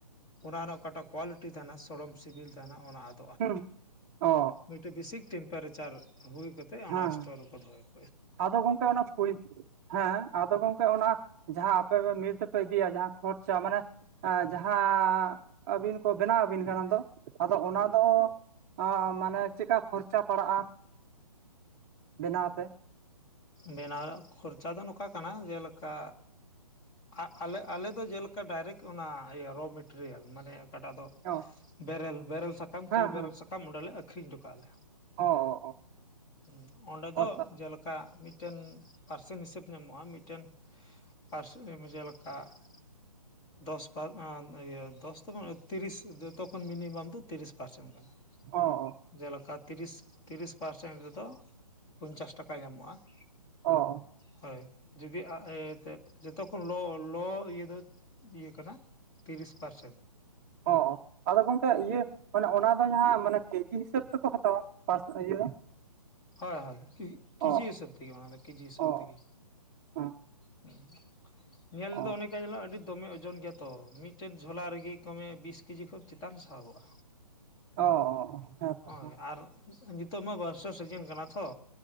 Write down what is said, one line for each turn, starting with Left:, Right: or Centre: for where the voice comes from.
Left: ᱚᱱᱟ ᱨᱮᱱᱟᱜ ᱚᱠᱟᱴᱟᱜ ᱠᱳᱣᱟᱞᱤᱴᱤ ᱛᱟᱦᱮᱸᱱᱟ ᱥᱚᱲᱚᱢ ᱥᱤᱵᱤᱞ ᱛᱟᱦᱮᱸᱱᱟ ᱚᱱᱟ ᱟᱫ
Right: ᱦᱩᱸ ᱾ ᱚ
Left: ᱢᱤᱫᱴᱮᱡ ᱵᱮᱥᱤᱠ ᱴᱮᱢᱯᱟᱨᱮᱪᱟᱨ ᱦᱩᱭ ᱠᱟᱛᱮ ᱚᱱᱟ
Right: ᱦᱮᱸ
Left: ᱥᱴᱳᱨ ᱨᱮᱠᱚ ᱫᱚᱦᱚᱭ
Right: ᱟᱫᱚ ᱜᱚᱝᱠᱮ ᱚᱱᱟ ᱯᱩᱭ... ᱦᱮᱸ, ᱟᱫᱚ ᱜᱚᱝᱠᱮ ᱚᱱᱟ ᱡᱟᱦᱟᱸ ᱟᱯᱮ ᱢᱤᱞ ᱛᱮᱯᱮ ᱤᱫᱤᱭᱟ ᱡᱟᱦᱟᱸ ᱠᱷᱚᱨᱪᱟ ᱢᱟᱱᱮ ᱹᱹᱹᱹ ᱡᱟᱦᱟᱸᱻ ᱟᱹᱵᱤᱱ ᱠᱚ ᱵᱮᱱᱟᱣ ᱟᱹᱵᱤᱱ ᱠᱟᱱᱟ ᱫᱚ ᱟᱫᱚ ᱚᱱᱟ ᱫᱚ ᱹᱹᱹ. ᱢᱟᱱᱮ ᱪᱮᱫᱠᱟ ᱠᱷᱚᱨᱪᱟ ᱯᱟᱲᱟᱜᱼᱟ ᱵᱮᱱᱟᱣ ᱛᱮ᱾
Left: ᱵᱮᱱᱟᱣ ᱨᱮᱭᱟᱜ ᱠᱷᱚᱨᱪᱟ ᱫᱚ ᱱᱚᱝᱠᱟ ᱠᱟᱱᱟ ᱡᱮᱞᱮᱠᱟ᱾ ᱟᱜ ᱟᱞᱮ ᱟᱞᱮᱫᱚ ᱡᱮᱞᱮᱠᱟ ᱰᱟᱭᱨᱮᱠᱴ ᱚᱱᱟ ᱤᱭᱟᱹ ᱨᱚ ᱢᱮᱴᱮᱨᱤᱭᱟᱞ, ᱢᱟᱱᱮ ᱼᱼ ᱚᱠᱟᱴᱟᱜ ᱫᱚᱞ
Right: ᱚ
Left: ᱵᱮᱨᱮᱞ ᱵᱮᱨᱮᱞ ᱥᱟᱠᱟᱢ
Right: ᱦᱮᱸ
Left: ᱠᱷᱟᱹᱞᱤ ᱵᱮᱨᱮᱞ
Right: ᱦᱮᱸ
Left: ᱥᱟᱠᱟᱢ ᱚᱸᱰᱮᱞᱮ ᱟᱹᱠᱷᱨᱤᱧ ᱦᱚᱴᱚ ᱠᱟᱜᱼᱟᱞᱮ।
Right: ᱚ ᱚ
Left: ᱦᱚᱸ ᱚᱸᱰᱮ ᱫᱚ
Right: ᱚ ᱚ
Left: ᱡᱮᱞᱮᱠᱟ ᱼᱼ ᱢᱤᱫᱴᱮᱱ ᱯᱟᱨᱥᱮᱱ ᱦᱤᱥᱟᱹᱵ ᱧᱟᱢᱚᱜᱼᱟ ᱢᱤᱫᱴᱮᱱ ᱯᱟᱨᱥ <unintelligible> ᱡᱮᱞᱮᱠᱟ ᱼᱼ <inaudible> ᱫᱚᱥ ᱯᱟ ᱟᱢ ᱤᱭᱟᱹ ᱫᱚᱥ ᱫᱚ ᱵᱟᱝ ᱛᱤᱨᱤᱥ ᱡᱚᱛᱚ ᱠᱷᱚᱱ ᱢᱤᱱᱤᱢᱟᱢ ᱫᱚ ᱛᱤᱨᱤᱥ ᱯᱟᱨᱥᱮᱱ ᱠᱟᱱᱟ
Right: ᱚ
Left: ᱾ ᱡᱮᱞᱮᱠᱟ ᱛᱤᱨᱤᱥ ᱛᱤᱨᱤᱥ ᱯᱟᱨᱥᱮᱱ ᱨᱮᱫᱚ ᱯᱚᱧᱪᱟᱥ ᱴᱟᱠᱟᱭ ᱮᱚᱢᱚᱜᱼᱟ ᱾
Right: ᱚᱻ
Left: ᱦᱳᱭ, ᱡᱩᱫᱤ ᱟᱜ ᱟᱹᱭᱟᱹ ᱛᱮᱫ ᱾ ᱡᱚᱛᱚ ᱠᱷᱚᱱ ᱞᱚ -ᱞᱚ ᱤᱭᱟᱹ ᱫᱚ ᱤᱭᱟᱹ ᱠᱟᱱᱟ ᱛᱤᱨᱤᱥ ᱯᱟᱨᱥᱮᱱ ᱾
Right: ᱚᱻ ᱟᱫᱚ ᱜᱚᱝᱠᱮ ᱤᱭᱟᱹ ᱢᱟᱱᱮ ᱚᱱᱟᱹᱹᱹ ᱡᱟᱦᱟᱸᱻᱢᱟᱱᱮ ᱠᱮᱹᱡᱤ ᱦᱤᱥᱟᱹᱵ ᱛᱮᱠᱚ ᱦᱟᱛᱟᱣᱟ ᱯᱟᱨᱥ ᱤᱭᱟᱹ ᱫᱚ?
Left: ᱦᱳᱭ ᱦᱳᱭ ᱠᱮᱡᱤ
Right: ᱚ
Left: ᱦᱤᱥᱟᱹᱵ ᱛᱮᱜᱮ ᱚᱱᱟ ᱫᱚ ᱠᱮᱡᱤ ᱦᱤᱥᱟᱹᱵ
Right: ᱚ
Left: ᱛᱮᱜᱮ
Right: ᱦᱮᱸ
Left: ᱦᱩᱸ ᱧᱮᱞ
Right: ᱚ
Left: ᱞᱮᱫᱚ ᱚᱱᱮᱠᱟ ᱧᱮᱱᱚᱜᱼᱟ ᱟᱹᱰᱤ ᱫᱚᱢᱮ ᱳᱡᱚᱱ ᱜᱮᱭᱟ ᱛᱚ ᱢᱤᱫᱴᱮᱱ ᱡᱷᱚᱞᱟ ᱨᱮᱜᱮ ᱠᱚᱢᱮ ᱵᱤᱥ ᱠᱮᱡᱤ ᱠᱷᱚᱡ᱾ ᱪᱮᱛᱟᱱ ᱥᱟᱦᱚᱵᱚᱜᱼᱟ,
Right: ᱚ ᱚ ᱦᱮᱸᱛᱚ
Left: ᱚᱸᱭ
Right: ᱦᱮᱸ
Left: ᱟᱨ ᱱᱤᱛᱳᱜ ᱢᱟ ᱵᱟᱨᱥᱳᱥ ᱹᱹᱹ <inaudible> ᱠᱟᱱᱟ ᱛᱚ